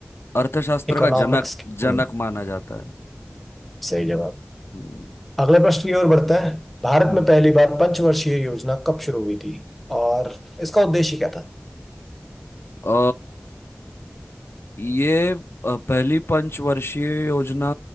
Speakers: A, on the left (about 80°); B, in the centre.
A: अर्थशास्त्र
B: इकोनॉमिक्स
A: का जनक
B: के
A: जनक
B: हम्म।
A: माना जाता है
B: सही जवाब
A: हम्म,
B: अगला प्रश्न की ओर बढ़ते हैं भारत
A: हम्म
B: में पहली बार पंचवर्षीय योजना कब शुरू हुई थी और इसका उद्देश्य क्या था
A: अ, ये अ, पहली पंचवर्षीय योजना